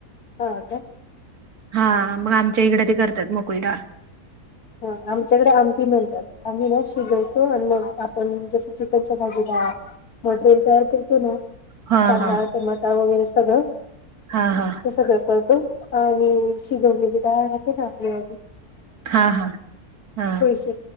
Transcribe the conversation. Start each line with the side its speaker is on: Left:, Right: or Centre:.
Left: हो का
Right: हा मग आमच्या इकडे ते करतात मोकळी डाळ
Left: ह आमच्याकडे आमटी म्हणतात आम्ही ना शिजवतो आणि मग आपण जसं चिकनच्या भाजीला मटरियल तयार करतो ना
Right: हा
Left: कांदा
Right: हा
Left: टमाटा वगैरे सगळं
Right: हा हा
Left: ते सगळं करतो आणि शिजवलेली डाळ राहते ना आपली
Right: हां हा हा
Left: थोडीशी